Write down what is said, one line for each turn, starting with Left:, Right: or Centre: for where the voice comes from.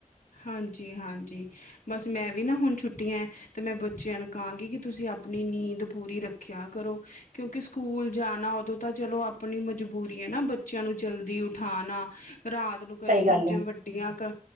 Left: ਹਾਂਜੀ-ਹਾਂਜੀ, ਬਸ ਮੈਂ ਵੀ ਨਾ ਹੁਣ ਛੁੱਟੀਐਂ ਤੇ ''ਮੈਂ ਬੱਚਿਆਂ ਨੂੰ ਕਾਂਗੀ ਕਿ ਤੁਸੀ ਆਪਣੀ ਨੀਂਦ ਪੂਰੀ ਰੱਖਿਆ ਕਰੋ। ਕਿਉਂਕਿ ਸਕੂਲ ਜਾਨਾ, ਉਦੋਂ ਤਾਂ ਚਲੋ ਆਪਣੀ ਮਜਬੂਰੀ ਐ ਨਾ ਬੱਚਿਆਂ ਨੂੰ ਜਲਦੀ ਉਠਾਨਾ ਰ੍ਹਾਤ ਨੂੰ ਕਦੀ
Right: ਸਹੀ ਗੱਲ
Left: ਹੁਣ ਜਿਵੇਂ
Right: ਹੈ
Left: ਵੱਡੀਆਂ ਕ